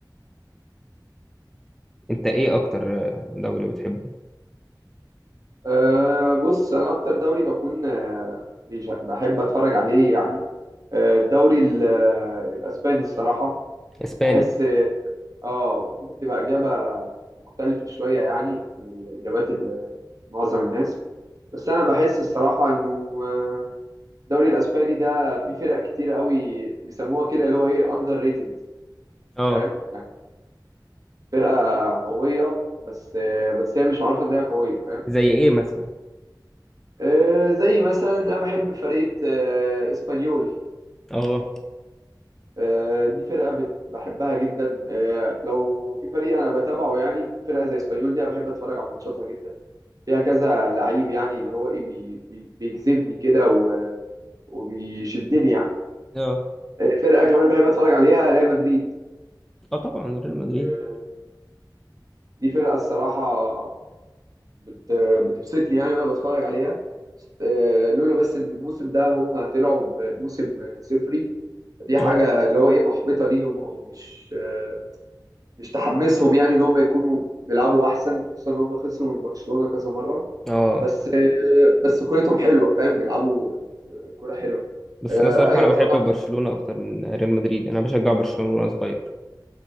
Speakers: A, in the centre; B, on the right.
A: انت ايه اكتر آه، دوري بتحبه
B: أه بص انا اكتر دوري بكون أه بيش- بحب اتفرج عليه يعني آه، الدوري ال- آه، الاسباني الصراحه
A: اسباني
B: بحس اه ممكن تبقى اجابه مختلفه شويه يعني عن الاجابات ال- معظم الناس بس انا بحس الصراحه انه آه، الدوري الاسباني ده فيه فرق كتير قوي بيسموها كده اللي هو ايه اندر ريتد
A: اه
B: فاهم فرقة قوية بس بس هي مش معروفة إن هي قوية فاهم
A: زي ايه مثلا
B: آه، زي مثلا أنا بحب فرقة آه، إسبانيول
A: اه
B: آه، دي فرقة بت- بحبها جدا آه، لو في فريق أنا بتابعه يعني فرقة زي إسبانيول دي أنا بحب أتفرج على ماتشاتها جدا فيها كذا لعيب يعني اللي هو إيه بي- بي- بيجذبني كده و- وبيشدني يعني
A: اه
B: آه، فرقة كمان بحب أتفرج عليها ريال مدريد
A: اه طبعا ريال مدريد
B: آه، دي فرقة الصراحة بت... بتبسطني يعني وانا بتفرج عليها آه، لولا بس ان الموسم ده هم طلعوا بموسم آه، صفري فدي حاجه
A: اه
B: اللي هو ايه محبطه ليهم او مش آه، مش تحمسهم يعني ان هم يكونوا بيلعبوا احسن خصوصا ان هم خسروا من برشلونه كذا مره
A: اه
B: بس آه، بس كورتهم حلوه فاهم بيلعبوا كوره حلوه
A: بس
B: آه،
A: انا صراحة
B: ايوه
A: انا بحب
B: طبعا
A: برشلونة اكتر من ريال مدريد انا بشجع برشلونة وانا صغير